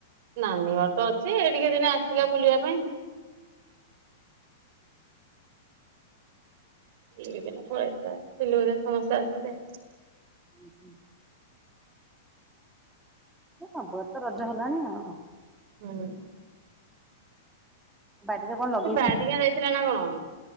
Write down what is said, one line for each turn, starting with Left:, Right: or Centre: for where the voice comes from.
Right: ନାନୀ ଘରେ ତ ଅଛି ଏଇଠିକି ଦିନେ ଆସିଥିଲା ବୁଲିବା ପାଇଁ। <unintelligible> ସମସ୍ତେ ଆସିଥିଲେ।
Centre: ଉଁ ହୁଁ। ଏ ସବୁଆଡେ ତ ରଜ ହେଲାଣି ଆଉ।
Right: ହୁଁ।
Centre: ବାଡ଼ିରେ କଣ ଲଗେଇଛ
Right: ସେ ବାରିଙ୍ଗା ଯାଇଥିଲା ନା କଣ